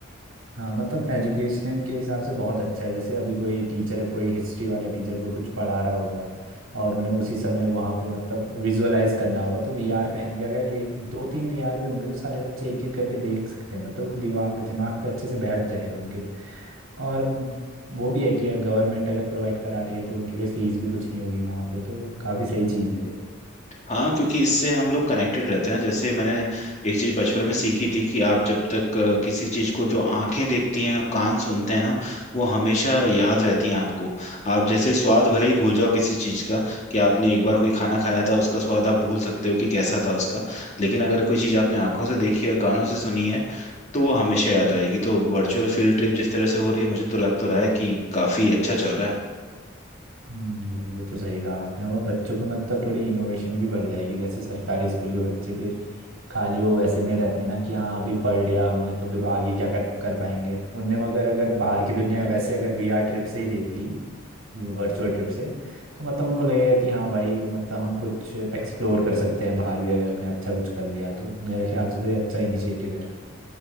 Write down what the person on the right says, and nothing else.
हाँ मतलब एजुकेशन के हिसाब से बहुत अच्छा है जैसे अभी कोई टीचर कोई हिस्ट्री वाला टीचर को कुछ पढ़ा रहा होगा और उन्हें उसी समय वहाँ पे मतलब विजुअलाइज करना होगा तो वीआर पहन के अगर एक दो तीन वीआर भी होंगे तो सारे बच्चे एक एक करके देख सकते हैं मतलब वो दिमाग दिमाग पे अच्छे से बैठ जाएगा उनके और वो भी है कि गवर्नमेंट अगर प्रोवाइड करा रही है तो उनके लिए फीस भी कुछ नहीं होगी वहाँ पे तो काफ़ी सही चीज़ है
हम्म, ये तो सही कहा आपने वो बच्चों को मतलब थोड़ी इनोवेशन भी बढ़ जाएगी जैसे सरकारी स्कूल के बच्चे फिर खाली वो वैसे में रहते हैं ना कि हाँ अभी पढ़ लिया हमने तो फिर आगे क्या कर कर पाएंगे उनने मगर अगर बाहर की दुनिया वैसे अगर वीआर ट्रिप से ही देख ली वर्चुअल ट्रिप से तो मतलब उनको लगेगा कि हाँ भाई मतलब हम कुछ एक्सप्लोर कर सकते हैं बाहर भी अगर हमने अच्छा कुछ कर लिया तो मेरे ख्याल से तो ये अच्छा इनिशिएटिव है